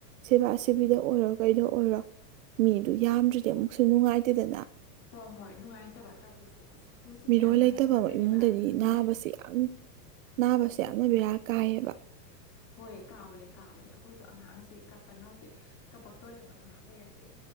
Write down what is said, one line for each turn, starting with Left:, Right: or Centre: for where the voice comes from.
Right: ꯁꯦꯕꯥ ꯁꯦꯕꯤꯗ ꯑꯣꯏꯔꯣ ꯀꯩꯗ ꯑꯣꯏꯔꯣ ꯃꯤꯗꯨ ꯌꯥꯝꯗ꯭ꯔꯗꯤ ꯑꯃꯨꯛꯁꯨ ꯅꯨꯡꯉꯥꯏꯇꯦꯗꯅ
Left: ꯍꯣꯏ ꯍꯣꯏ ꯅꯨꯡꯉꯥꯏꯇꯕ ꯇꯧꯔꯤꯁꯦ ꯑꯁ ꯑꯩꯈꯣꯏꯁꯨꯗꯤ
Right: ꯃꯤꯔꯣꯜ
Left: ꯑꯉꯥꯡ
Right: ꯂꯩꯇꯕ
Left: ꯑꯃ ꯂꯩꯌꯦꯕ
Right: ꯏꯃꯨꯡꯗꯗꯤ
Left: ꯑꯗꯨꯅꯦ
Right: ꯅꯥꯕꯁꯦ ꯌꯥꯝ ꯅꯥꯕꯁꯦ ꯌꯥꯝꯅ ꯕꯤꯔꯥ ꯀꯥꯏꯌꯦꯕ
Left: ꯍꯣꯏ ꯀꯥꯕꯅꯦ ꯀꯥꯕꯅꯦ ꯑꯩꯈꯣꯏꯁꯨ ꯑꯉꯥꯡꯁꯤ ꯀꯞꯄꯅ ꯍꯧꯖꯤꯛ ꯀꯞꯄꯛꯇꯣꯔꯦꯕ ꯉꯥꯏꯍꯥꯛ ꯂꯩꯔꯗꯤ